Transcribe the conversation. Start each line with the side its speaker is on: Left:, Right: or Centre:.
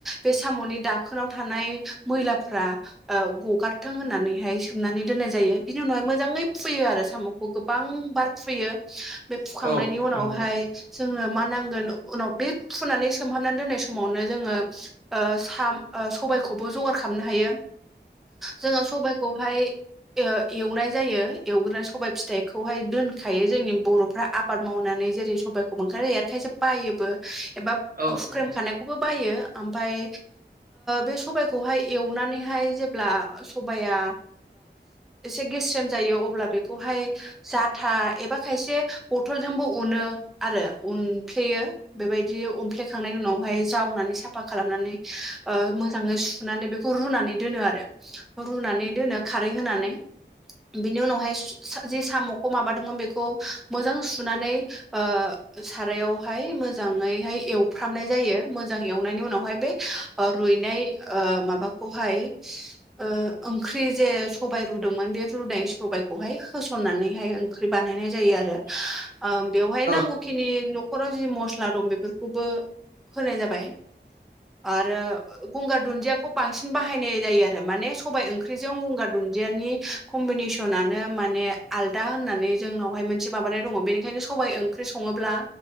Centre: बे साम'नि दाखोनाव थानाय मैलाफ्रा गगारथों होननानैहाय दुमनानै दोननाय जायो बिनि उनावहाय मोजाङै फुयो आरो साम'खौ गोबां बार फुयो बे फुखांनायनि
Right: औ नंगौ
Centre: उनावहाय
Right: औ
Centre: जोङो मा नांगोन उनाव बे फुनानै सोमहाबनानै दोननाय समावनो जोंङो साम सबायखौबो जगार खालामनो हायो जोङो सबायखौ हाय एवनाय जायो एवग्रोनानै सबाय फिथाइखौहाय दोनखायो जोंनि बर'फ्रा आबाद मावनानै जेरै सबाइखौ मोनखानाय आरो खायसे बायोबो एबा
Right: औ
Centre: सुख्रेम
Right: नंगौ
Centre: खानाय खौबो बायो आओमफ्राय बे सबाइखौहाय एवनानैहाय जेब्ला सबाया एसे गेस्रेम जायो अब्ला बेखौहाय जाब आथा एबा खायसे बथलजोंबो उनो आरो उनफ्लेयो बेबायदि अमफ्लेखांनायनि उनावहाय जावनानै साफा खालामनानै मोजाङै सुनानै बे बेखौ रुनानै दोनो आरो रुनानै दोनो खारै होनानै बिनि उनावहाय जे साम'खौ माबादोंमोन बेखौ मोजां सुनानै ओ सारायावहाय मोजाङैहाय एवफ्रामनाय जायो मोजां एवनायनि उनावहाय बे रुइनाय माबाखौहाय ओ ओं ओंख्रि जे सबाय रुदोंमोन बे रुनाय सबायाइखौहाय होसननानैहाय ओंख्रि बानायनाय जायो आरो
Right: <inaudible>
Centre: बेवहाय
Right: औ
Centre: नांगौखिनि न'खराव जि मस्ला दं बेफोरखौबो होनाय जाबाय आरो गंगार दुन्दियाखौ बांसिन बाहायनाय जायो आरो माने सबाइ ओं जों गंगार दुन्दियानि खमबिनेसन आनो माने आलदा होननानै जोनावहाय मोनसे माबानाय दङ बेनिखायनो सबाय ओंख्रि सङोबा